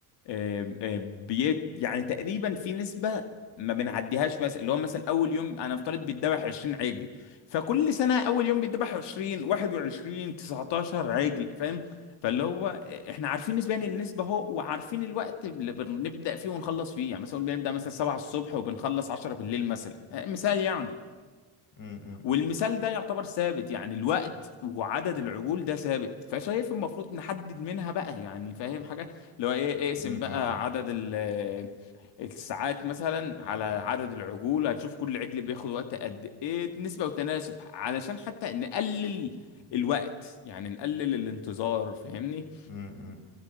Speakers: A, on the left; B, on the left.
A: آه، آه، بي يعني تقريبا في نسبة ما بنعديهاش مثلا اللي هو مثلا اول يوم انا افترض بيتذبح 20 عجل فكل سنة اول يوم بيتذبح 20 21 19 عجل فاهم فاللي هو احنا عارفين نسبيا النسبة اهو وعارفين الوقت اللي بنبدأ فيه ونخلص فيه يعني مثلا بنبدأ مثلا 7 الصبح وبنخلص 10 بالليل مثلا آه، مثال يعني
B: مم، مم،
A: والمثال ده يعتبر ثابت يعني الوقت وعدد العجول ده ثابت فشايف المفروض نحدد منها بقى يعني فاهم حاجة اللي هو ايه اقسم
B: مم،
A: بقى
B: مم،
A: عدد ال- آه، الساعات مثلا على عدد العجول هتشوف كل عجل بياخد وقت قد ايه نسبة وتناسب علشان حتى نقلل الوقت يعني نقلل الانتظار فاهمني
B: مم، مم.